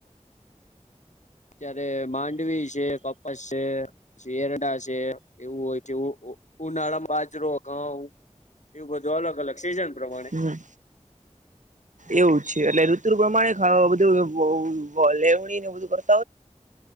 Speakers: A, on the left; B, on the right.
A: અત્યારે માંડવી છે કપાસ છે શરડા છે એવું હોય છે ઉનાળા બાજરો ઘઉ એવું બધું અલગ અલગ સિઝન પ્રમાણે
B: હમ એવું છે એટલે ઋતુ પ્રમાણે ખા બધું બ ભલે હણી ને બધ કર